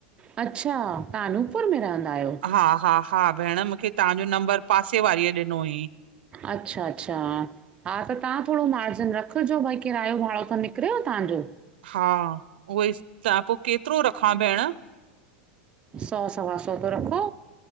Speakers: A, on the right; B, on the right.
A: अच्छा! तहां अनूपपुर में रहंदा आहयो।
B: हा-हा-हा भेण, मूंखे तहांजो नंबर पासे वारीअ ॾिनो हुईं।
A: अच्छा-अच्छा हां। हां त तहां थोड़ो मार्ज़िन रखजो भई! किरायो भाड़ो त निकरेव तहांजो।
B: हा उहोईस, ता पो केतरो रखा भेण!
A: सौ सवा सो त रखो।